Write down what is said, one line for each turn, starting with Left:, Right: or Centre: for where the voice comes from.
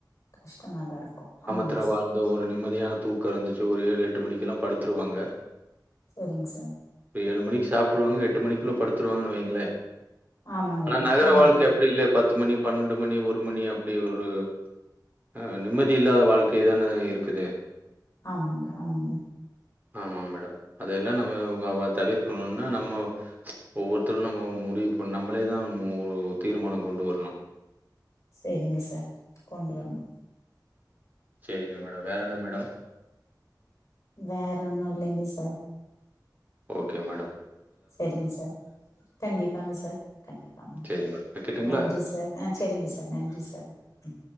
Left: கஷ்டமாதாருக்கூ ஆமா
Right: ர் தட வாழ்ந்த ஒரு நிம்மதி தியான தூக்கோ இருந்துச்சு ஒரு ஏழு எட்டு மணிக்கெல்லா படுத்துருவாங்க
Left: செரிங் சார்
Right: ஏழு மணிக்கு சாப்ட்டுருவாங்க எட்டு மணிக்குள்ள படுத்துருவாங்க வைங்களே
Left: ஆமாங்க.
Right: ஆனா நகர
Left: ஆமா.
Right: வாழ்க்க அப்டி இல்ல பத்து மணி பன்னெண்டு மணி ஒரு மணி அப்படி ஒரு அ நிம்மதி இல்லாத வாழ்க் க தான இருக்குது
Left: ஆமாங்க ஆமாங்க
Right: ஆமா மேடம் அதெல்லா நம்ம <unintelligible> அவ தவிர்க்கணுன்னா நம்ம ச்ச் ஒவ்வொருத்தரு நம்ம முடிவு இப் நம்பளே தா ஒரு தீர்மானொ கொண்டு வரணு
Left: செரிங்க சார் கொண்டு வர்ணு
Right: செரிங்க மேடம் வேற என்ன மேடம்
Left: வேற ஒன்னு இல்லைங்க சார்
Right: ஓக்கே மேடோ
Left: செரிங் சார் கண்டிப்பாங்க சார் கண்டிப்பாங்க
Right: சரி மேடம். வைக்கட்டுங்களா?
Left: நன்றி சார் அ செரிங்க சார் நன்றி சார் ம்